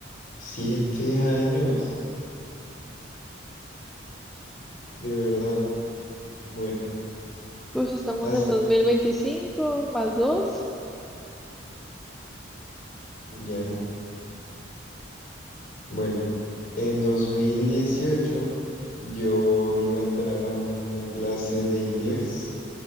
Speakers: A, on the left (about 45°); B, in the centre.
A: Siete años, de verdad. Bueno,
B: Pues estamos
A: hace,
B: en 2025 más dos.
A: ya, bueno, en 2018 yo iba a entrar a una clase de inglés